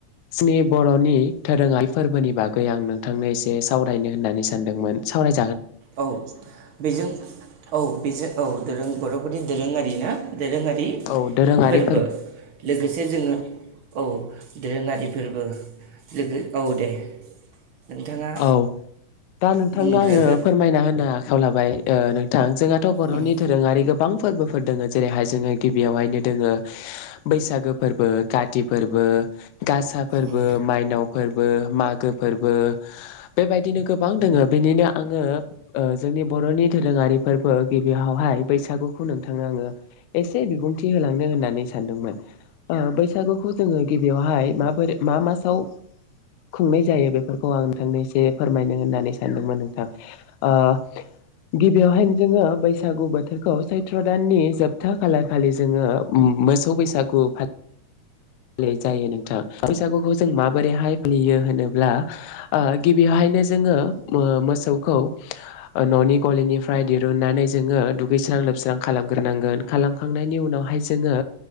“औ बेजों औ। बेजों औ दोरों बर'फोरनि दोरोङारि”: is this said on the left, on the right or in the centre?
Right